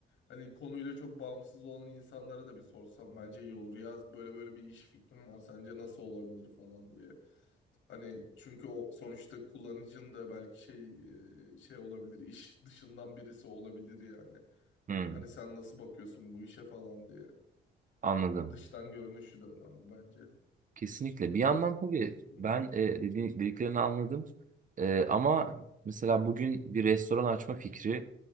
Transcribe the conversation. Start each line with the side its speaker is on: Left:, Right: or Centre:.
Left: hani konuyla çok bağımsız olan insanlara da bir sorsam bence iyi olur. Ya böyle böyle bir iş fikrim var. Sence nasıl olabilir falan diye. Hani çünkü o sonuçta kullanıcının da belki şey e, şey olabilir. iş dışından birisi olabilir yani.
Right: Hmm,
Left: Hani sen nasıl bakıyorsun bu işe falan diye.
Right: anladım.
Left: Dıştan görünüşü de önemli bence. Hı
Right: Kesinlikle. Bir yandan tabii
Left: hı.
Right: ben e, dedi- dediklerini anladım. E, ama mesela bugün bir restoran açma fikri